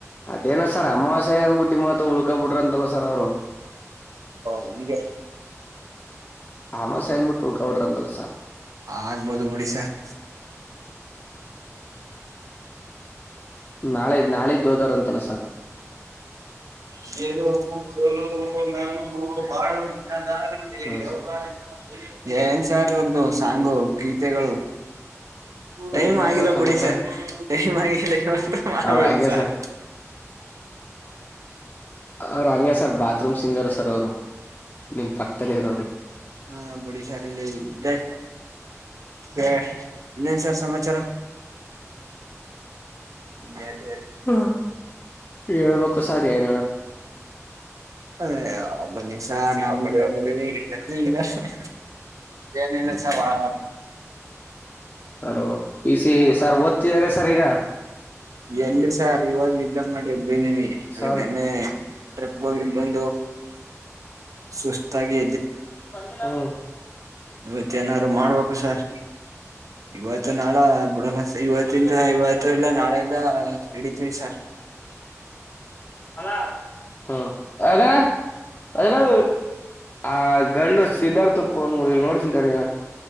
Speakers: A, on the left; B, on the right.
A: ಅದೇನ ಸರ್ ಅಮಾವಾಸ್ಯ ಅಂದಬಿಟ್ಟ ನಿಮ್ಮತ್ತ ಉಳ್ಕ ಬಿಟ್ರ ಅಂತಲ್ಲ ಸರ್ ಅವ್ರು
B: ಹಂಗೆ
A: ಅಮಾವಾಸ್ಯ ಅಂದ್ಬಿಟ್ಟು ಉಳ್ಕೊಬಿಟ್ರ ಅಂತಲ್ಲ ಸರ್
B: ಆಗ್ಬೋದು ಬುಡಿಸ ಹ <inaudible>
A: ನಾಳೆ ನಾಳಿದ್ದು ಹೋದಾರಂತೆ ತಲ ಸರ್
B: ನಾಳ <unintelligible> ಹಾ <unintelligible>
A: ಹಾ ಸರ್
B: ಏನ್ ಸಾರ್ ಇವರ್ದು ಸಾಂಗು ಗೀತೆಗಳು
A: ಸರ್
B: ಟೈಮ್
A: ಇನ್ನೇನ್
B: ಆಗಿಲ್ಲ
A: ಸಮಾಚಾರ
B: ಬಿಡಿ ಸರ್ ಟೈಮ ಆಗಿಲ್ಲ ಯೋಚನೆ ಮಾಡಬೇಡಿ
A: ಅವ್ರ ಹಂಗೆ
B: ಸಾರ್
A: ಸರ್ ಅವ್ರ ಹಂಗೆ ಸರ್ ಬಾ ತ್ರುಂ ಸಿಂಗರ್ ಸರ್ ಅವರು ನಿಮ್ ಪಕ್ಕದಲ್ಲಿ ಇರೋರು
B: ಹಾ ಬಿಡಿ ಸರ ಇಲ್ಲಿ ಜಾಯ ಸ ಇನ್ನೇನ್ ಸರ್ ಸಮಾಚಾರ <inaudible> ಇನ್ನೇನ
A: ಹ್ಮ ಹೇಳ್ಬೇಕು ಸರ್ ಏನ
B: ಅದೆ ಬನಿಶಾ ನಾವ ಈಗ ನಮ್ದ ಏನಿಲ್ಲ ಚವಾ
A: ಸರ್ ಪೀ ಸಿ ಸರ್ ಓದ್ತಿದ್ದಾರೆ ಸರ್ ಈಗ
B: ಎಲ್ಲಿ ಸರ್ ಇವಾಗ ನಿದ್ದೆ ಮಾಡಿ ಎದ್ದಿದೀವಿ
A: ಸರ್
B: ನೆನ್ನೆ ಟ್ರಿಪಗ ಹೋಗೀನ್ ಬಂದು ಸುಸ್ತಾಗಿ
A: ಹ್ಮ
B: ಇವತ್ತ ಏನಾರು ಮಾಡ್ಬೇಕು ಸರ್ ಇವತ್ತು ನಾಳ ಬುಡಲ್ಲ ಇವತ್ತಿಂದ ಇವತ್ತ ಇಲ್ಲ ನಾಳೆಯಿಂದ ನಡಿತೀವಿ ಸರ್ <inaudible>
A: ಅಲ ಹ್ಮ್ ಯಾವ್ದು ಹೇಳ ಅಣ್ವೋ ಆ ಗಂಡು ಸಿದ್ಧಾರ್ಥಗ ಫೋನ್ ಮಾಡಿ ನೋಡ್ತಿನ್ ತಡಿ